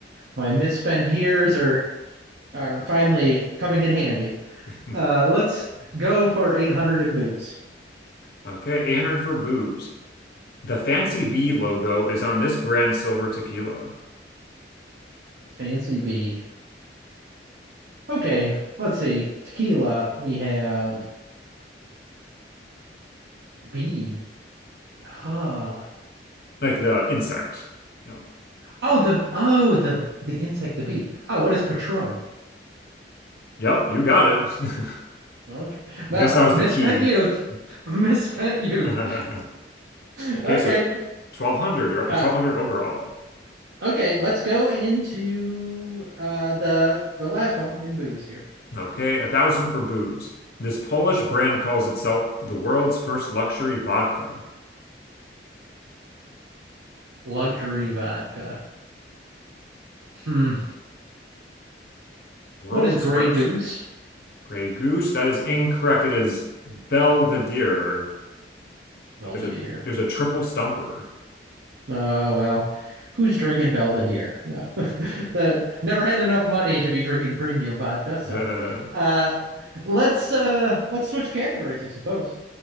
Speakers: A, on the right; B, on the left.
A: My misspent years are are finally coming in handy.
B: <laughs>
A: Uh, let's go for 800 in booze.
B: Okay, 800 for booze. The Fancy Bee logo is on this brand silver tequila.
A: Fancy B. Okay, let's see. Tequila, we have B. Huh.
B: Like the insect. No.
A: Oh, the oh the the insect, the bee. Oh, what is Patron?
B: Yep, you got it. <laughs>
A: Okay, well,
B: I guess that was
A: misspent
B: the key.
A: youth,
B: <laughs>
A: misspent youth.
B: Okay,
A: <laughs> okay,
B: so 1200. You're up
A: uh,
B: to 1200 overall.
A: okay. Let's go into uh, the the last one in booze here.
B: Okay, 1000 for booze. This Polish brand calls itself the world's first luxury vodka.
A: Luxury vodka. Hmm.
B: World's
A: What is Grey
B: first.
A: Goose?
B: Grey Goose. That is incorrect. It is Belvedere.
A: Belvedere.
B: There's a there's a triple stumper.
A: Oh well, who's drinking Belvedere? Yeah, <laughs> that never had enough money to be drinking premium vodka. So,
B: <laughs>
A: uh, let's uh, let's switch categories, I suppose.